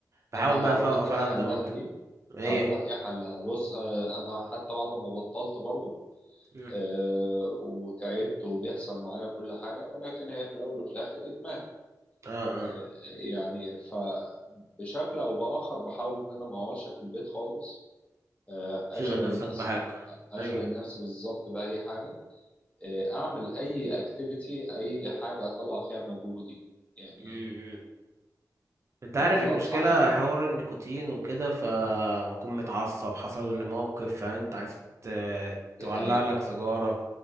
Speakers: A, on the right; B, on the left.
A: بحاول
B: انا هقول
A: بقى أفوقف
B: لك ايه
A: على
B: حلها
A: قد ما أقدر
B: دي
A: إيه
B: هقول لك ايه حلها بص آه، انا حتى بعد لما بطلت برضه
A: مم.
B: آه، وتعبت وبيحصل معايا كل حاجه ولكن هي في الاول وفي الاخر ادمان
A: آه آه
B: آه، يعني فبشكل او باخر بحاول ان انا ما اقعدش في البيت خالص آه،
A: شغل
B: اشغل
A: نفسك
B: نفسي
A: بحاجة
B: اشغل
A: ايوه
B: نفسي بالظبط باي حاجه آه، اعمل اي اكتيفيتي اي حاجه اطلع فيها مجهودي يعني
A: مم، مم. أنت عارف
B: فده اللي
A: المشكلة
B: انصحك بيه
A: حوار النيكوتين وكده فأكون متعصب حصل لي موقف فأنت عايز ت- تولع
B: دي حقيقه
A: لك سيجارة